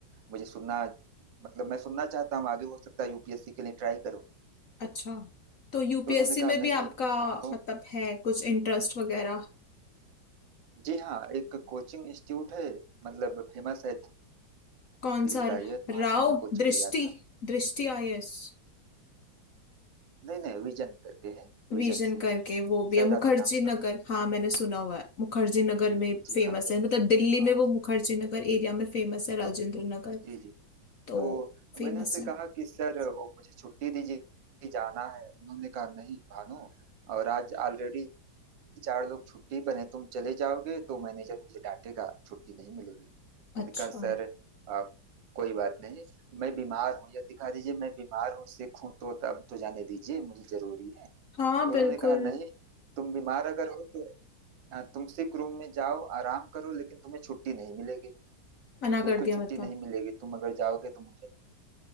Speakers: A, on the right (about 70°); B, on the left (about 55°).
A: मुझे सुनना मतलब मैं सुनना चाहता हूँ आगे हो सकता है यूपीएससी के लिए ट्राई करो
B: अच्छा तो यूपीएससी
A: तो उन्होंने कहा
B: में भी
A: नहीं
B: आपका
A: मानो
B: मतलब है कुछ इंटरेस्ट वगैरह
A: जी हाँ एक कोचिंग इंस्टीट्यूट है मतलब फेमस है
B: कौन
A: दिल्ली
B: सा
A: का ये तो वहां
B: राव
A: से मैंने कोचिंग
B: दृष्टि
A: लिया था
B: दृष्टि आईएएस
A: नहीं नहीं विजन करके है विजन
B: विजन
A: से
B: करके वो भी
A: शायद
B: है मुखर्जी
A: आपने नाम सुना
B: नगर
A: हो।
B: हाँ मैंने सुना हुआ है मुखर्जी नगर में
A: जी
B: फेमस
A: हाँ तो
B: है मतलब दिल्ली
A: हाँ
B: में वो मुखर्जी नगर एरिया में फेमस है राजेंद्र नगर
A: जी जी
B: तो
A: तो
B: फेमस
A: मैंने उनसे
B: है
A: कहा कि सर वो मुझे छुट्टी दीजिए जाना है उन्होंने कहा नहीं भानु और आज ऑलरेडी चार लोग छुट्टी पर हैं तुम चले जाओगे तो मैनेजर मुझे डांटेगा छुट्टी नहीं मिलेगी मैंने
B: अच्छा
A: कहा सर आ, कोई बात नहीं मैं बीमार हूँ या दिखा दीजिए मैं बीमार हूँ सिक हूँ तो तब तो जाने दीजिए मुझे जरूरी है
B: हाँ
A: तो
B: बिल्कुल
A: उन्होंने कहा नहीं तुम बीमार अगर हो तो आ, तुम सिक रूम में जाओ आराम करो लेकिन तुम्हें छुट्टी नहीं मिलेगी
B: मना
A: बिल्कुल
B: कर दिया
A: छुट्टी
B: मतलब
A: नहीं मिलेगी तुम अगर जाओगे तो मुझे